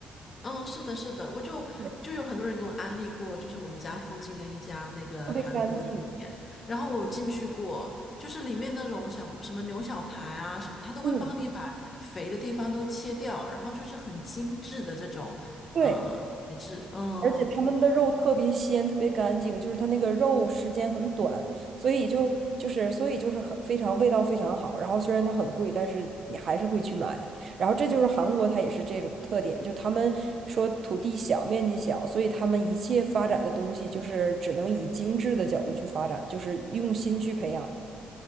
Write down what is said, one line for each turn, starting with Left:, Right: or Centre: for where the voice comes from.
Left: 嗯，是的，是的，我就就有很多人给我安利过，
Right: 对
Left: 就是我们家附近的一家那个韩国肉店，
Right: 特别干净。
Left: 然后我有进去过，就是里面那种小什么牛小排啊什么，他都会帮你把肥的地方都切掉，
Right: 嗯，
Left: 然后就是很精致的这种呃材质，
Right: 对。
Left: 嗯，
Right: 而且他们的肉特别鲜，特别干净，就是它那个肉时间很短，所以就就是所以就是很非常味道非常好。然后虽然它很贵，但是你还是会去买。然后这就是韩国，它也是这种特点，就他们说土地小，面积小，所以他们一切发展的东西就是只能以精致的角度去发展，就是用心去培养